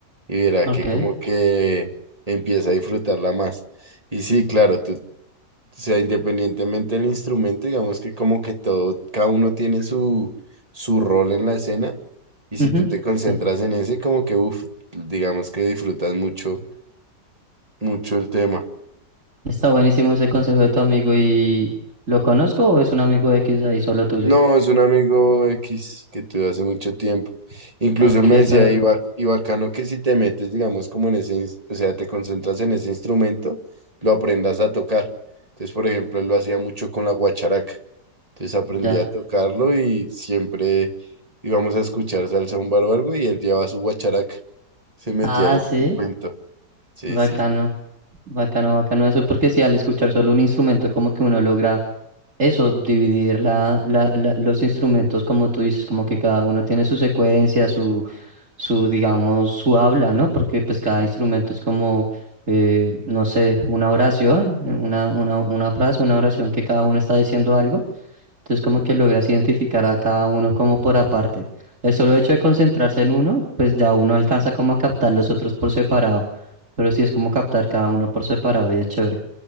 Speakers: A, on the right; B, on the right.
A: y verá
B: Ok.
A: que como que empieza a disfrutarla más. Y sí, claro, tú, o sea, independientemente del instrumento, digamos que como que todo, cada uno tiene su, su rol en la escena y
B: ujú,
A: si tú te concentras
B: sí.
A: en ese, como que, uff, digamos que disfrutas mucho, mucho el tema.
B: Está buenísimo ese consejo de tu amigo y ¿lo conozco o es un amigo X ahí solo tuyo?
A: No, es un amigo X que tuve hace mucho tiempo. Incluso
B: Ok,
A: él me decía,
B: pero
A: y, ba- y bacano que si te metes, digamos, como en ese, ins- o sea, te concentras en ese instrumento, lo aprendas a tocar. Entonces, por ejemplo, él lo hacía mucho con la guacharaca. Entonces aprendí
B: ya.
A: a tocarlo y siempre íbamos a escuchar salsa un bar o algo y él llevaba su guacharaca. Se metía
B: Ah,
A: ahí en
B: sí,
A: su cuento. Sí,
B: bacano.
A: sí, sí.
B: Bacano, bacano eso, porque si al escuchar solo un instrumento como que uno logra Eso, dividir la, la- la- los instrumentos, como tú dices, como que cada uno tiene su secuencia, su, su, digamos, su habla, ¿no? Porque pues cada instrumento es como, eh, no sé, una oración, eh, una, una, una frase, una oración que cada uno está diciendo algo. Entonces como que logras identificar a cada uno como por aparte. El solo hecho de concentrarse en uno, pues ya uno alcanza como a captar los otros por separado. Pero sí es como captar cada uno por separado y es chévere.